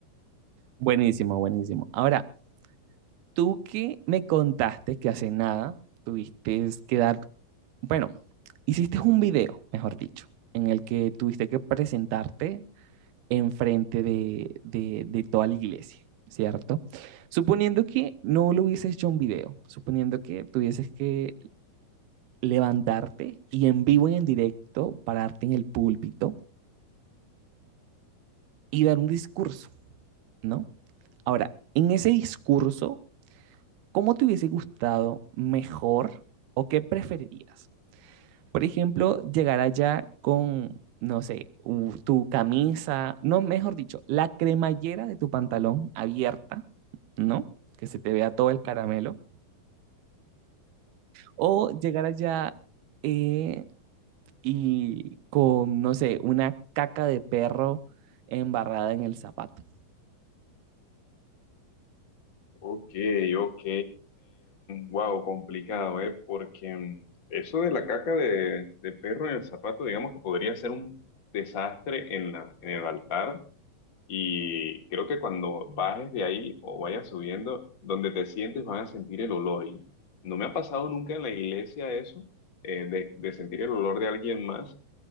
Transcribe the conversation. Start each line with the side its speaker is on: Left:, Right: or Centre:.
Right: Buenísimo, buenísimo. Ahora, tú que me contaste que hace nada tuviste que dar, bueno, hiciste un video, mejor dicho, en el que tuviste que presentarte enfrente de, de, de toda la iglesia, ¿cierto? Suponiendo que no lo hubieses hecho un video, suponiendo que tuvieses que levantarte y en vivo y en directo pararte en el púlpito y dar un discurso, ¿no? Ahora, en ese discurso, ¿cómo te hubiese gustado mejor o qué preferirías? Por ejemplo, llegar allá con, no sé, u- tu camisa, no, mejor dicho, la cremallera de tu pantalón abierta, ¿no? Que se te vea todo el caramelo. O llegar allá eh, y con, no sé, una caca de perro embarrada en el zapato.
Left: Ok, ok. wow, complicado, ¿eh? Porque em, eso de la caca de, de perro en el zapato, digamos que podría ser un desastre en la, en el altar. Y creo que cuando bajes de ahí o vayas subiendo, donde te sientes van a sentir el olor. Y no me ha pasado nunca en la iglesia eso, eh, de, de sentir el olor de alguien más